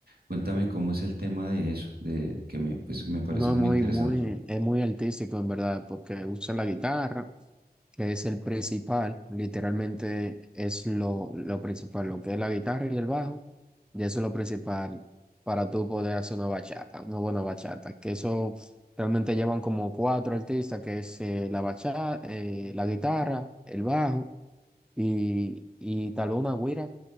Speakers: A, on the right; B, in the centre.
A: cuéntame cómo es el tema de eso, de que me, pues, me parece
B: no, es
A: muy
B: muy,
A: interesante.
B: muy, es muy artístico en verdad, porque usa la guitarra, que es el principal, literalmente es lo, lo principal, lo que es la guitarra y el bajo, y eso es lo principal para tú poder hacer una bachata, una buena bachata, que eso realmente llevan como cuatro artistas, que es eh, la bachata, la guitarra, el bajo y, y taluma Guira,